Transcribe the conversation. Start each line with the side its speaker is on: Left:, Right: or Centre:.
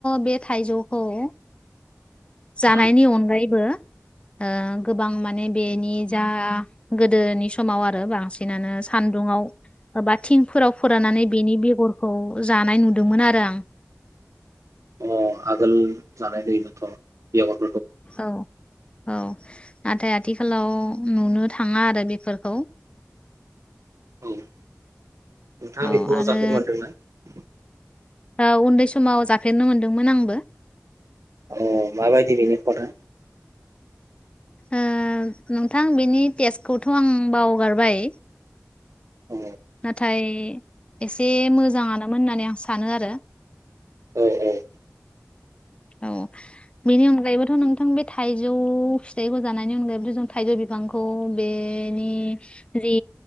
Left: बे थाइजौखौ ओ जानायनि
Right: उम
Left: अनगायैबो ओ गोबां माने बेनि जा गोदोनि समाव आ रो बांसिनानो सान्दुुङाव बा थिंफोराव फोराननानै बेनि बेगर खौ जानाय नुदोंमोन आरो आं
Right: अ आगोल जानाय नुयोमोनथ बेगर
Left: औ औ नाथाय आथिखालाव नुनो थाङा आरो बेफोरखौ
Right: औ नोंथाङा
Left: औ
Right: बेखौ
Left: आरो
Right: जाफेरनो मोनदों ना
Left: ओ उन्दै समाव जाफेरनो मोनदोंमोन आंबो
Right: अ माबायदि बेनो खदा
Left: ओ नोंथां बेनि टेस्टखौथ आं बावगारबाय
Right: अ
Left: नाथाय एसे मोजाङानोमोन होननानै आं सानो आरो
Right: औ औ
Left: औ बेनि अन गायैबोथ' नोंथां बे थाइजौ फिथाइखौ जानायनि अनगायैबोथ' जों थाइजौ बिफांखौ बेनि जि